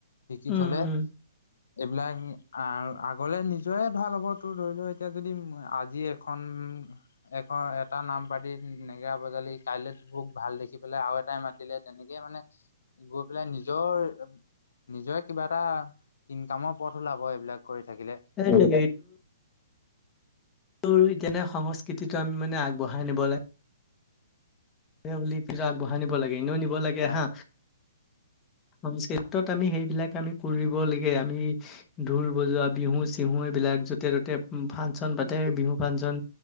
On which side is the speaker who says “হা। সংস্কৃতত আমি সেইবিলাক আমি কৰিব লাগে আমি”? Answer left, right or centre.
Left